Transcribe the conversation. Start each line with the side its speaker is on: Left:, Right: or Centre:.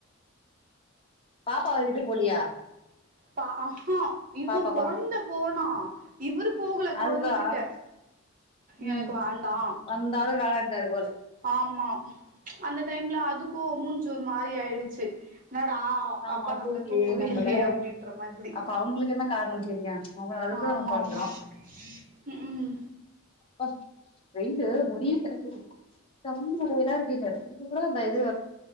Left: பாப்பா அவர்கிட்டக் போலியா
Right: பா அ ஹா இவ
Left: பாப்பாப்பா
Right: கொழந்த போனா இவுரு போகல கொழந்தகிட்ட
Left: அதுதா
Right: எனக்கு
Left: ம்
Right: வேண்டா
Left: வந்தாலு வேணான்ட்டாரு போல
Right: ஆமா அந்த டைம்ல அதுக்கு மூஞ்சி ஒரு மாரி ஆய்டுச்சி என்னடா
Left: ஆமா
Right: அப்பா நம்மள
Left: தூக்கி
Right: தூக்கவே
Left: எரிறா
Right: இல்லையே
Left: போல
Right: அப்டின்ற மாதிரி
Left: அப்போ அவுங்களுக்கு என்ன கார்ணோ தெரியு அவுங்க நல்லதுக்குதா
Right: ஆமா
Left: நாம பண்றோ
Right: ஆமா ம் ம்
Left: ப்பா வெயிலு முடியில <unintelligible> எல்லா இருக்கு இங்க கொஞ்சோ கூட அந்த இது